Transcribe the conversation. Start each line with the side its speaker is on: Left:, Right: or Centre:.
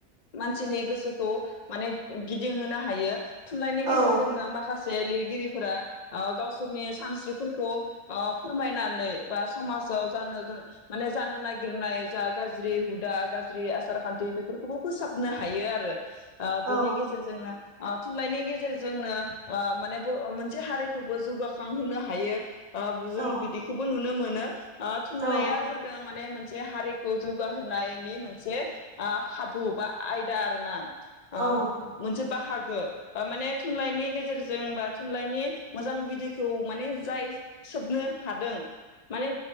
Left: मानसिनि गोसोखौ माने गिदिंहोनो हायो। थुनलाइनायनि
Right: औ
Left: गेजेरजोंनो माखासे जे लिरगिरिफोरा ओ गावसोरनि सानस्रिफोरखौ ओ फोरमायनानै बा समाजाव जानो माने जानो नागिरनाय जा गाज्रि हुदा गाज्रि आसार खान्थि बेफोरखौबो फोसाबनो हायो आरो। ओ
Right: औ
Left: बेनि गेजेरजोंनो ओ थुनलाइनि गेजेरजोंनो ओ माने बे मोनसे हारिखौबो जौगाखांहोनो हायो। ओ जों
Right: औ
Left: बिदिखौबो नुनो मोनो। आ थुनलाया
Right: औ
Left: जा माने मोनसे हारिखौ जौगाहोनायनि मोनसे ओ खाबु बा आयदा आरोना। आ
Right: औ
Left: मोनसे बाहाग ओ माने थुनलाइनि गेजेरजों बा थुनलाइनि मोजां बिदैखौ माने जाय सोबनो हादों माने